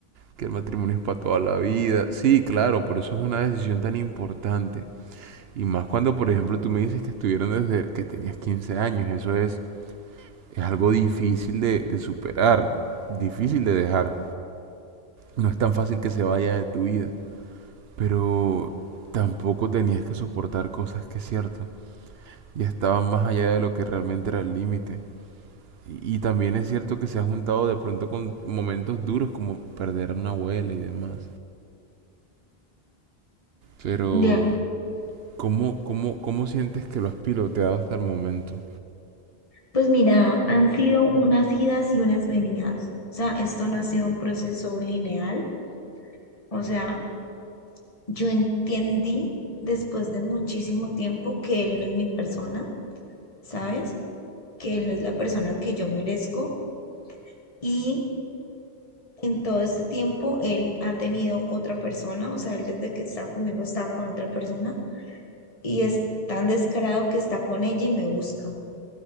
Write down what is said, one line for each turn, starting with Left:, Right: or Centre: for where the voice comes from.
Right: que el matrimonio es para toda la vida. Sí, claro, por eso es una decisión tan importante. Y más cuando, por ejemplo, tú me dices que estuvieron desde que tenías 15 años, eso es es algo difícil de, de superar, difícil de dejar. No es tan fácil que se vaya de tu vida, pero tampoco tenías que soportar cosas que es cierto, ya estaban más allá de lo que realmente era el límite. Y, y también es cierto que se ha juntado de pronto con momentos duros como perder a una abuela y demás. Pero,
Left: De,
Right: ¿cómo, cómo, cómo sientes que lo has piloteado hasta el momento?
Left: pues mira, han sido unas idas y unas venidas. O sea, esto no ha sido un proceso lineal. O sea, yo entendí después de muchísimo tiempo que él no es mi persona, ¿sabes? que él no es la persona que yo merezco y en todo este tiempo él ha tenido otra persona, o sea, él desde que está conmigo está con otra persona y es tan descarado que está con ella y me busca.